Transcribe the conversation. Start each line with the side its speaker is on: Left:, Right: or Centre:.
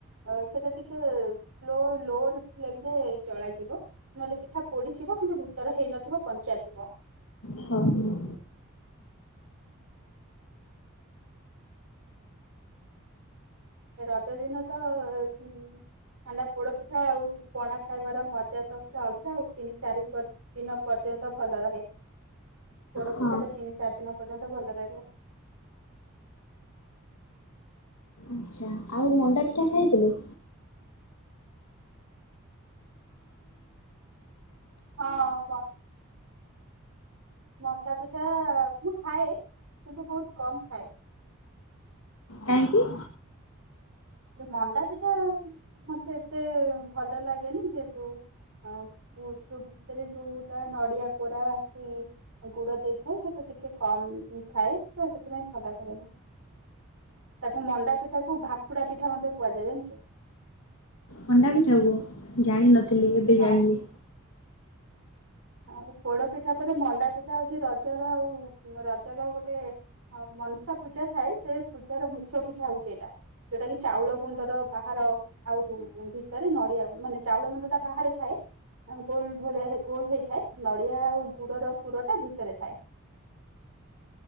Right: ଅ, ସେଟା ଟିକେ ସ୍ଲୋ ଲୋର ଫ୍ରେମ୍ ରେ ଜଳାଯିବ। ନହେଲେ ପିଠା ପୋଡିଯିବ କିନ୍ତୁ ଭିତର ହେଇନଥିବ କଞ୍ଚା ଥିବ।
Left: ହଁ ହଁ।
Right: ରଜ ଦିନ ତ ଉଁ ଥଣ୍ଡା ପୋଡ ପିଠା ଆଉ ପଣା ଖାଇବାର ମଜା ତ ପୁରା ଅଲଗା ଆଉ ତିନି ଚାରି ଦିନ ପର୍ଯ୍ୟନ୍ତ ଭଲ ରହେ ପୋଡପିଠାରେ
Left: ହଁ
Right: ତିନି ଚାରି ଦିନ ପର୍ଯ୍ୟନ୍ତ ଭଲ ରହିବ।
Left: ଆଛା ଆଉ ମଣ୍ଡା ପିଠା ଖାଇଥିଲୁ?
Right: ହଁ ବା। ମଣ୍ଡା ପିଠା ମୁଁ ଖାଏ କିନ୍ତୁ ବୋହୁତ କମ ଖାଏ।
Left: କାହିଁକି?
Right: ମଣ୍ଡା ପିଠା ମତେ ଏତେ ଭଲ ଲାଗେନି ଯେହେତୁ ଆଉ ଯୋଉ ଭିତରେ ଯୋଉଟା ନଡିଆ କୋରା ଏମତି ଗୁଡ ଦେଇଥାଏ ସେଟା ଟିକେ କମ ଥାଏ ତ ସେଥିପାଇଁ ଭଲ ଲାଗେନି। ତାକୁ ମଣ୍ଡା ପିଠା କୁ ଭାତୁଡା ପିଠା ମଧ୍ୟ କୁହାଯାଏ। ଜାଣିଛୁ?
Left: ମଣ୍ଡା ପିଠାକୁ ଜାଣିନଥିଲି ଏବେ
Right: ହଁ।
Left: ଜାଣିଲି।
Right: ଆଉ ପୋଡ ପିଠା ପରେ ମଣ୍ଡା ପିଠା ହୋଉଛି ରଜର ଆଉ ରଜର ଗୋଟେ ହଁ ମନସା ପୂଜା ଥାଏ ସେ ପୂଜାର ମୁଖ୍ୟ ପିଠା ହୋଉଛି ଏଇଟା। ଯୋଉଟା କି ଚାଉଳ ଗୁଣ୍ଡର ବାହାର ଆଉ ଭିତରେ ନଡିଆ ମାନେ ଚାଉଳ ଗୁଣ୍ଡ ଟା ବାହାରେ ଥାଏ ଆଉ ଗୋଲ ଭଳିଆ ଗୋଲ ହେଇ ଥାଏ ନଡ଼ିଆ ଆଉ ଗୁଡର ପୁରଟା ଭିତରେ ଥାଏ।